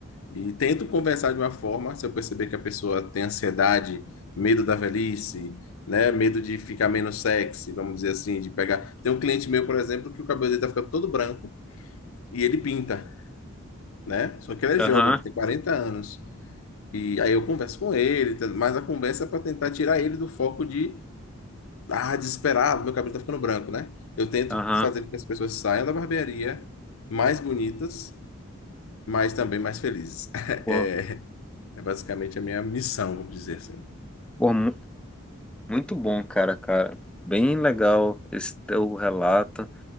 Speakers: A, on the left; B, in the centre.
A: e tento conversar de uma forma, se eu perceber que a pessoa tem ansiedade, medo da velhice, né? Medo de ficar menos sexy, vamos dizer assim, de pegar. Tem um cliente meu, por exemplo, que o cabelo dele tá ficando todo branco e ele pinta, né? Só que ele é
B: Aham.
A: jovem, ele tem 40 anos. E aí eu converso com ele, tá- mas a conversa é para tentar tirar ele do foco de, ah, desesperado, meu cabelo tá ficando branco, né? Eu tento
B: Aham.
A: fazer com que as pessoas saiam da barbearia mais bonitas, mas também mais felizes. <laughs>
B: Pô,
A: É basicamente a minha missão, vamos dizer assim.
B: pô, mu- muito bom, cara, cara. Bem legal esse teu relato.